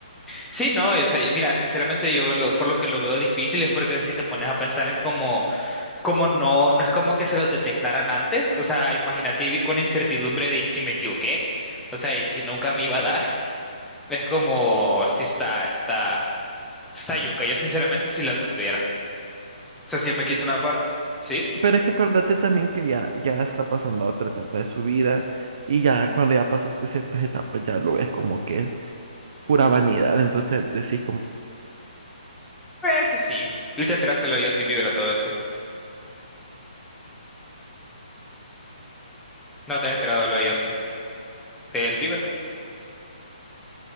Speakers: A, in the centre; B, on the right (about 45°).
A: sí, no, o sea, y mira, sinceramente yo lo, por lo que lo veo difícil es porque si te pones a pensar es como, como no, no es como que se los detectaran antes, o sea, imagínate vivir con incertidumbre de y si me equivoqué, o sea, y si nunca me iba a dar, <laughs> es como, sí está, está, está yuca, yo sinceramente sí la sufriera, o sea, si yo me quito una parte, ¿sí?
B: Pero es que acuérdate también que ya, ya está pasando a otra etapa de su vida y ya cuando ya pasaste ciertas etapas ya lo ves como que es pura vanidad. Entonces decís como
A: Eso sí, y te enteraste lo de Justin Bieber a todo esto, no te has enterado de lo de Justin, del Bieber,